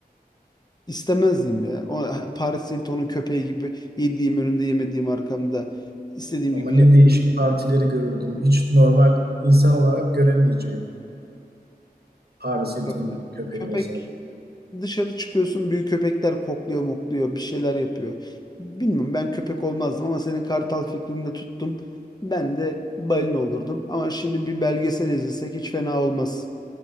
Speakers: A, on the left (about 25°); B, on the right (about 75°).
A: istemezdim ya. O Paris Hilton'un köpeği gibi yediğim önümde yemediğim arkamda istediğim
B: <laughs> Ama
A: gibi
B: ne
A: yapıyorum.
B: değişik partileri görürdüm. Hiç normal insan olarak göremeyeceğim. Paris Hilton'un
A: Yani.
B: köpeği
A: Köpek
B: olsaydı.
A: Dışarı çıkıyorsun büyük köpekler kokluyor mokluyor bir şeyler yapıyor. Bilmiyorum ben köpek olmazdım ama senin kartal fikrini de tuttum. Ben de balina olurdum ama şimdi bir belgesel izlesek hiç fena olmaz.